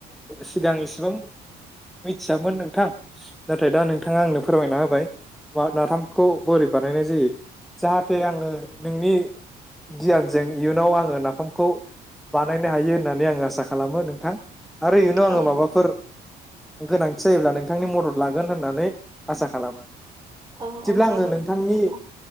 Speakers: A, in the centre; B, on the right (about 25°).
A: सिगां इसेबां मिथियामोन नोंथां नाथाय दा नोंथाङा आंनो फोरमायना होबाया नाफामखौ बोरै बानायनाय जायो जाहाथे आङो नोंनि गियानजों इयुनाव आङो नाफामखौ बानायनो हायो होननानै आं आसा खालामो नोंथां आरो इयुनाव आङो
B: औ
A: माबाफोर गोनांथि जायोब्ला नोंथांनि मदद लागोन होननानै आसा खालामो
B: औ
A: जेब्ला
B: औ जागोन
A: आङो नोंथांनि
B: नोंथां